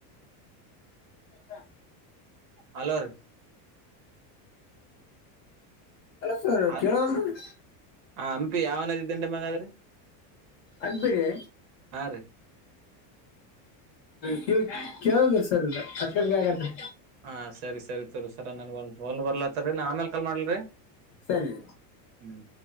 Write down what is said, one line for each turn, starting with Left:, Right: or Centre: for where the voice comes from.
Left: <unintelligible>
Right: ಹಲೋ ರೀ
Left: ಹಲೋ ಸರ್
Right: ರೀ
Left: ಕೇಳವಲ್ದ್ರಿ
Right: ಹ ಹಂಪಿ ಯಾವ ನದಿ ದಂಡೆ ಮ್ಯಾಗ ಅದ್ರಿ
Left: ಅಗ್ಬಿರಿ
Right: ಹಾ ರೀ
Left: ಕಿವಿ ಕೇಳವಲ್ದ್ರಿ ಸರ್ ಇದು ಕಟ್ ಕಟ್ ಕೇಳಕತ್ತ್ರಿ.
Right: ಹ ಸರಿ ಸರಿ ತರ್ ಸರ ನನ್ಗ ಒಂದ ಫೋನ್ ಬರ್ಲಾತ್ತರಿ ನಾ ಆಮೇಲ್ ಕಾಲ್ ಮಾಡಲ್ರಿ.
Left: ಸರಿ
Right: ಹ್ಮ್